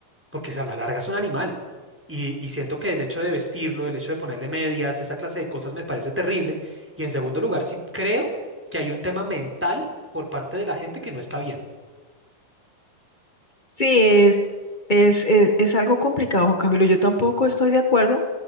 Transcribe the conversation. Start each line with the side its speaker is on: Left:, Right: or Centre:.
Centre: porque si a la larga es un animal. Y, y siento que el hecho de vestirlo, el hecho de ponerle medias, esa clase de cosas me parece terrible. Y en segundo lugar, sí creo que hay un tema mental por parte de la gente que no está bien.
Left: sí, es, es, es, es algo complicado, Juan Camilo. Yo tampoco estoy de acuerdo.